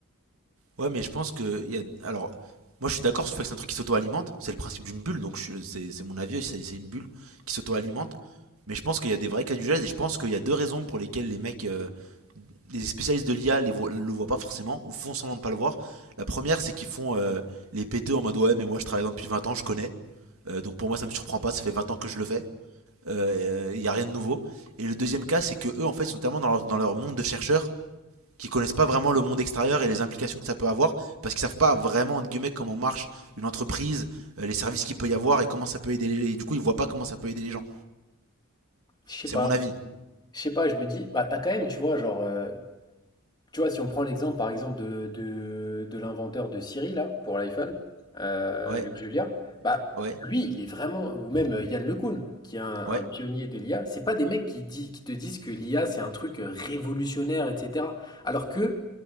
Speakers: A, on the right; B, on the left.
A: Ouais, mais je pense que il y a. Alors, moi, je suis d'accord sur le fait que c'est un truc qui s'auto-alimente. C'est le principe d'une bulle, donc je- c'est c'est mon avis aussi. C'est c'est une bulle qui s'auto-alimente. Mais je pense qu'il y a des vrais cas d'usage et je pense qu'il y a deux raisons pour lesquelles les mecs euh, les spécialistes de l'IA ne le voient pas forcément ou font semblant de ne pas le voir. La première, c'est qu'ils font euh, les péteux en mode ouais, mais moi je travaille dans depuis 20 ans, je connais. Euh, donc pour moi, ça me surprend pas, ça fait 20 ans que je le fais. Il n'y a rien de nouveau. Et le deuxième cas, c'est que eux, en fait, sont tellement dans leur, dans leur monde de chercheurs qui connaissent pas vraiment le monde extérieur et les implications que ça peut avoir parce qu'ils savent pas vraiment entre guillemets comment marche une entreprise, euh, les services qu'il peut y avoir et comment ça peut aider les gens. Et du coup, ils voient pas comment ça peut aider les gens.
B: Je sais
A: C'est
B: pas,
A: mon avis.
B: je sais pas, je me dis, bah t'as quand même, tu vois, genre, euh, Tu vois, si on prend l'exemple, par exemple, de, de, de l'inventeur de Siri, là, pour l'iPhone, euh,
A: Ouais,
B: Luc Julia, bah,
A: ouais,
B: lui, il est vraiment, ou même euh, Yann LeCun, qui est un,
A: ouais.
B: un pionnier de l'IA, c'est pas des mecs qui, dit- qui te disent que l'IA, c'est un truc euh, révolutionnaire, etc. Alors que